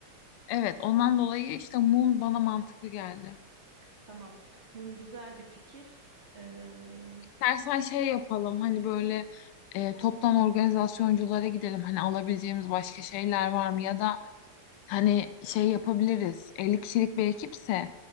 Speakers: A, on the left (about 85°); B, on the right (about 35°).
A: Evet ondan dolayı işte mum bana mantıklı geldi.
B: Tamam. Mum güzel bir fikir. Ee,
A: İstersen şey yapalım hani böyle e, toptan organizasyonculara gidelim. Hani alabileceğimiz başka şeyler var mı? Ya da hani şey yapabiliriz. 50 kişilik bir ekipse